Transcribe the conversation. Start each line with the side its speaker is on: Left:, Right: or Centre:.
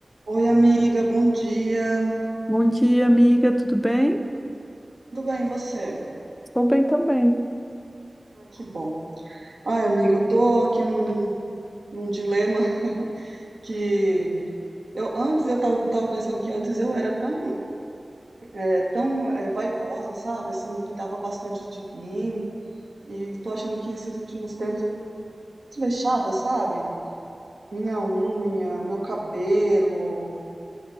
Right: Oi, amiga, bom dia.
Left: Bom dia, amiga, tudo bem?
Right: Tudo bem, e você?
Left: Estou bem também.
Right: Ai, que bom. Ai, amiga, eu tô aqui num, num dilema que eu antes eu tava, tava pensando que antes eu era tão, é, tão é, vaidosa, sabe? Assim, cuidava bastante de mim e tô achando que esses últimos tempos eu tô desleixada, sabe? Minha unha, meu cabelo.